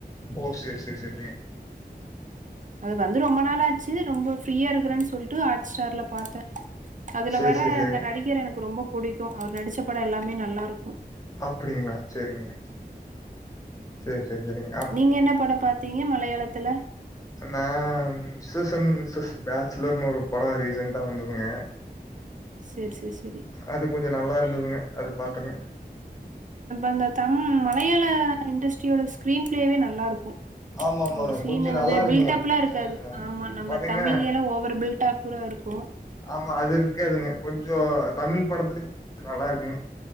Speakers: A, on the left; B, on the right.
A: ஓ செரி செரி செரி
B: அது வந்து ரொம்ப நாள் ஆச்சு ரொம்ப ஃப்ரீயா இருக்குறன்னு சொல்லிட்டு ஸ்டார்ல பாத்தே அதுல
A: சேரி
B: வர
A: சேரி சேரிங்க
B: அந்த நடிகர் எனக்கு ரொம்போ புடிக்கு அவர் நடிச்ச படோ எல்லாமே நல்லாருக்கு
A: அப்டிங்களா செரிங்க செரி செரி சரிங்க
B: நீங்க என்ன படம் பாத்தீங்க மலையாளத்துல
A: நா ஸீசன் சிக்ஸ் பேச்சுலர்ன்னு ஒரு படோ ரீசன்டா வந்ததுங்க
B: செரி செரி செரி
A: அது கொஞ்சம் நல்லா இருந்ததுங்க அது பாத்தங்க
B: அந்த தம் மலையாள இண்டஸ்ட்ரியோட ஸ்கிரீன் பிளேவே நல்லா இருக்கும்
A: ஆமா ஆமாங்க
B: ஒரு சீன்
A: கொஞ்சோ
B: வந்து
A: நல்லா இருக்குங்க
B: பில்டப்லா இருக்காது
A: ஆ
B: ஆமா நம்ம
A: பாத்தீங்கன்னா
B: தமிழயுலா ஓவர் பில்டப் ப்றா இருக்கும்
A: ஆமா அது இருக்காதுங்க கொஞ்ச தமிழ் படத்துக்கு இது நல்லா இருக்குங்க